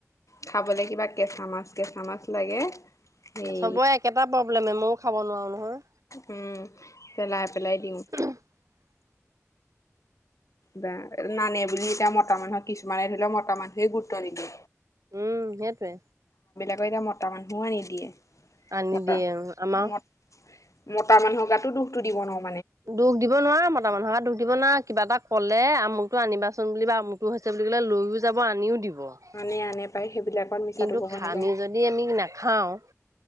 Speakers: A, on the left; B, on the right.
A: খাবলৈ কিবা কেঁচা মাছ -কেঁচা মাছ লাগে। সেই
B: চবৰে একেটা প্ৰব্লেম মইও খাব নোৱাৰো নহয়।
A: উম, পেলাই -পেলাই দিওঁ।
B: <inaudible>
A: বা নানে বুলি এতিয়া মতা মানুহক কিছুমানে ধৰি লও মতা মানুহে গুৰুত্ব দিলে
B: উম, সেইটোৱে।
A: আকৌ এতিয়া মতা মানুহো আনি দিয়ে।
B: আনি
A: মতা
B: দিয়ে, উম আমা
A: ম মতা মানুহৰ গাতো দুখটো দিব নোৱা
B: দুখ দিব নোৱাৰা মতা মানু্হক দুখ দিব নোৱাৰা কিবা এটা ক'লে আমুকটো আনিবাচোন বুলি বা আমুকটো হৈছে বুলি ক'লে লৈয়ও যাব আনিও দিব
A: আনে আনে
B: <inaudible>
A: পায় সেইবিলাকত মিছাটো
B: কিন্তু
A: ক'ব
B: ঘামি
A: নাপায়
B: যদি আমি নাখাওঁ